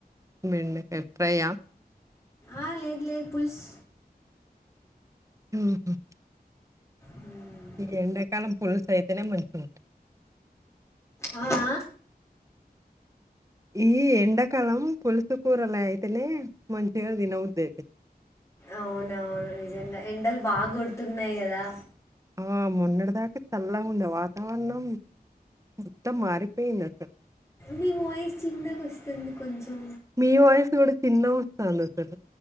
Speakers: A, on the right; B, on the left.
A: బెండకాయ ఫ్రయ్య
B: ఆ లేదు లేదు పులుస్
A: ఉహు
B: మ్మ్.
A: ఈ ఎండాకాలం పులుసు అయితేనే మంచిగుంటది
B: ఆ ఆ
A: ఈ ఎడాకలం పులుసు కూరలు అయితేనే మంచిగా తినబుద్ధి అవుతది
B: అవునవును నిజంగా ఎండలు బాగా కొడుతున్నాయి కదా
A: ఆ మొన్నటి దాకా చల్లగా ఉండే వాతావరణం మొత్తం మారిపోయింది అసలు
B: మీ వాయిస్ చిన్నగా అస్తుంది కొంచెం
A: మీ వాయిస్ కూడా చిన్నగా వస్తుంది అసలు